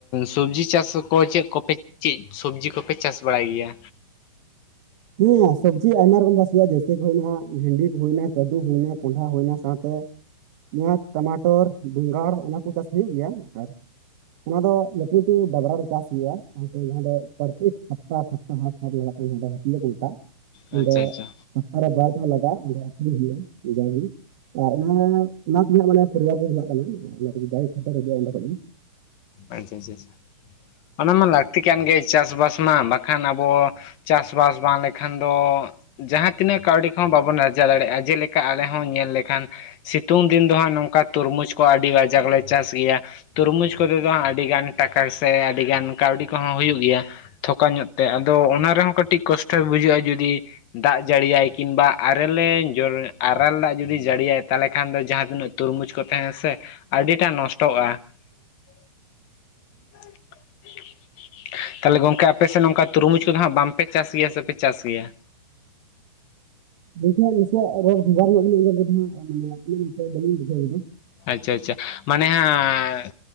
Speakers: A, on the left; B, on the right.
A: ᱥᱚᱵᱽᱡᱤ ᱪᱟᱥ ᱠᱚ ᱪᱮᱫ ᱠᱚᱯᱮ ᱪᱮᱫ ᱥᱚᱵᱡᱤ ᱠᱚᱯᱮ ᱪᱟᱥ ᱵᱟᱲᱟᱭ ᱜᱮᱭᱟ᱾
B: ᱦᱮᱸ ᱥᱚᱵᱽᱡᱤ ᱟᱭᱢᱟ ᱨᱚᱠᱚᱢ ᱪᱟᱥ ᱦᱩᱭᱩᱜᱼᱟ ᱡᱮᱭᱥᱤ ᱦᱩᱭᱮᱱᱟ ᱵᱷᱮᱱᱰᱤ ᱦᱩᱭᱱᱟ ᱠᱟᱫᱩ ᱦᱩᱭᱱᱟ ᱠᱚᱸᱰᱷᱟ ᱦᱩᱭᱱᱟ ᱥᱟᱶᱛᱮ ᱯᱮᱸᱭᱟᱡ ᱴᱟᱢᱟᱴᱚᱨ ᱵᱮᱸᱜᱟᱲ ᱚᱱᱟ ᱠᱚ ᱪᱟᱥ ᱦᱩᱭᱩᱜ ᱜᱮᱭᱟ ᱟᱨ ᱚᱱᱟ ᱫᱚ ᱞᱟᱹᱴᱩ ᱞᱟᱹᱴᱩ ᱰᱟᱵᱨᱟ ᱨᱮ ᱪᱟᱥᱳᱭᱼᱟ ᱥᱟᱶ ᱡᱟᱦᱟᱸ ᱫᱚ ᱯᱨᱚᱛᱛᱮᱠ ᱥᱚᱯᱛᱟᱯ ᱦᱟᱴ ᱦᱟᱴ ᱞᱟᱜᱟᱜ ᱠᱟᱱᱟ ᱡᱟᱦᱟᱸ ᱫᱚ ᱦᱟᱹᱴᱭᱟᱹ ᱠᱷᱩᱱᱴᱟ
A: ᱟᱪᱪᱷᱟ
B: ᱚᱸᱰᱮ
A: ᱟᱪᱪᱷᱟ
B: ᱥᱚᱯᱛᱟᱦᱚᱨᱮ ᱵᱟᱨ ᱫᱷᱟᱣ ᱞᱟᱜᱟᱜᱼᱟ ᱚᱸᱰᱮ ᱟᱠᱷᱨᱤᱧ ᱦᱩᱭᱩᱜᱼᱟ ᱡᱟᱜᱮ ᱟᱨ ᱚᱱᱟ ᱚᱱᱟ ᱛᱮᱜᱮᱟᱜ ᱢᱟᱱᱮ ᱯᱚᱨᱵᱟᱨ ᱠᱚ ᱪᱟᱞᱟᱜ ᱠᱟᱱᱟ ᱚᱱᱟ ᱛᱮᱜᱮ ᱫᱟᱭ ᱠᱷᱟᱴᱩᱜᱼᱟ ᱚᱸᱰᱮ ᱠᱷᱚᱡ ᱜᱮ
A: ᱟᱪᱪᱷᱟ ᱟᱪᱪᱷᱟ ᱚᱱᱟ ᱢᱟ ᱞᱟᱹᱠᱛᱤ ᱠᱟᱱ ᱜᱮ ᱪᱟᱥᱵᱟᱥ ᱢᱟ ᱵᱟᱠᱷᱟᱱ ᱟᱵᱚ ᱪᱟᱥᱵᱟᱥ ᱵᱟᱝ ᱞᱮᱠᱷᱟᱱ ᱫᱚ ᱡᱟᱦᱟᱸ ᱛᱤᱱᱟᱹᱜ ᱠᱟᱹᱣᱰᱤ ᱠᱚᱦᱚᱸ ᱵᱟᱵᱚᱱ ᱟᱨᱡᱟᱣ ᱫᱟᱲᱮᱭᱟᱜ-ᱟ ᱡᱮᱞᱮᱠᱟ ᱟᱞᱮ ᱦᱚᱸ ᱧᱮᱞ ᱞᱮᱠᱷᱟᱱ ᱥᱤᱛᱩᱝ ᱫᱤᱱ ᱫᱚ ᱦᱟᱸᱜ ᱱᱚᱝᱠᱟ ᱛᱩᱨᱢᱩᱡᱽ ᱠᱚ ᱟᱹᱰᱤ ᱠᱟᱡᱟᱠ ᱞᱮ ᱪᱟᱥ ᱜᱮᱭᱟ ᱾ ᱛᱩᱨᱢᱩᱡᱽ ᱠᱚᱨᱮ ᱫᱚ ᱟᱹᱰᱤᱜᱟᱱ ᱴᱟᱠᱟ ᱥᱮ ᱟᱹᱰᱤᱜᱟᱱ ᱠᱟᱹᱣᱰᱤ ᱠᱚᱦᱚᱸ ᱦᱩᱭᱩᱜ ᱜᱮᱭᱟ ᱾ ᱛᱷᱚᱠᱟ ᱧᱚᱜ ᱛᱮ ᱟᱫᱚ ᱚᱱᱟ ᱨᱮᱦᱚᱸ ᱠᱟᱹᱴᱤᱡ ᱠᱚᱥᱴᱚᱭ ᱵᱩᱡᱟᱹᱜ-ᱟ ᱡᱩᱫᱤ ᱫᱟᱜ ᱡᱟᱹᱲᱤᱭᱟᱭ ᱠᱤᱢᱵᱟ ᱟᱨᱮᱞᱮ ᱟᱨᱮᱞ ᱫᱟᱜ ᱡᱩᱫᱤ ᱡᱟᱹᱲᱤᱭᱟᱭ ᱛᱟᱦᱚᱞᱮ ᱠᱷᱟᱱ ᱫᱚ ᱡᱟᱦᱟᱸ ᱛᱤᱱᱟᱹᱜ ᱛᱩᱨᱢᱩᱡᱽ ᱠᱚ ᱛᱟᱦᱮᱸᱱᱟ ᱥᱮ ᱟᱹᱰᱤᱴᱟᱜ ᱱᱚᱥᱴᱚᱜ-ᱟ ᱾ <inaudible> <inaudible> ᱛᱟᱦᱞᱮ ᱜᱚᱝᱠᱮ ᱟᱯᱮ ᱥᱮᱫ ᱱᱚᱝᱠᱟ ᱛᱩᱨᱩᱢᱩᱪ ᱠᱚᱫᱚ ᱦᱟᱸᱜ ᱵᱟᱝᱯᱮ ᱪᱟᱥ ᱜᱮᱭᱟ ᱥᱮ ᱯᱮ ᱪᱟᱥ ᱜᱮᱭᱟ?
B: ᱜᱚᱝᱠᱮ ᱦᱟᱸᱜ ᱱᱟᱥᱮᱭᱟᱜ ᱨᱚᱲ ᱵᱷᱮᱜᱟᱨ ᱧᱚᱜ ᱜᱮᱞᱤᱧ ᱟᱸᱡᱚᱢ ᱠᱮᱫᱟ ᱾ <unintelligible> ᱵᱟᱹᱞᱤᱧ ᱵᱩᱡᱷᱟᱹᱣ ᱞᱮᱫᱟ ᱾
A: ᱟᱪᱪᱷᱟ ᱟᱪᱪᱷᱟ ᱢᱟᱱᱮ ᱦᱟᱜ